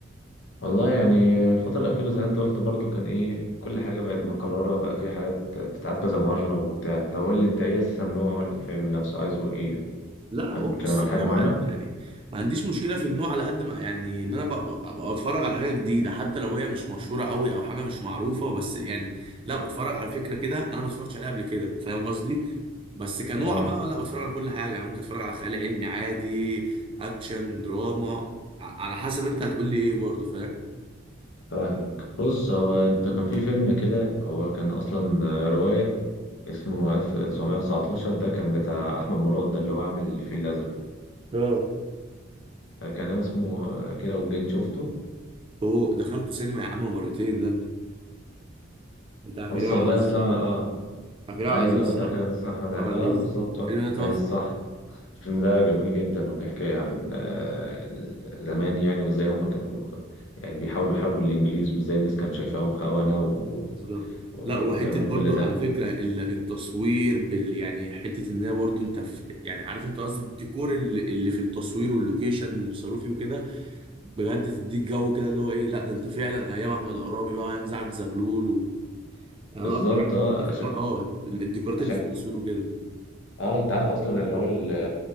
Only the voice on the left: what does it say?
والله يعني الفترة الأخيرة زي ما انت قلت برضو كان ايه كل حاجة بقت مكررة وبقى في حاجات بتتعاد كذا مرة وبتاع طب قول لي انت ايه أساسا نوع الفيلم نفسه عايزه ايه
هنتكلم
عن حاجة
معينة
فا-
فاهمك بص هو انت كان في فيلم كده هو كان أصلا رواية اسمه 1919 ده كان بتاع أحمد مراد ده اللي هو عامل الفيل الأزرق
كان اسمه كده والجن شفته
بص
والله
أصلا
اه
ايوه اه بتاع
كريم عبد العزيز احمد عز-
اه
بالظبط احمد
عز صح الفيلم ده جميل جدا وبيحكي عن آه، زمان يعني وازاي هم كانوا يعني بيحاولوا يحاربوا الانجليز وازاي الناس كانت شايفاهم خونة و...
ويعني
بيعملوا
كل ده
بالظبط
اه
عشان
عشان
اه انت عارف اصلا اللي هو ال-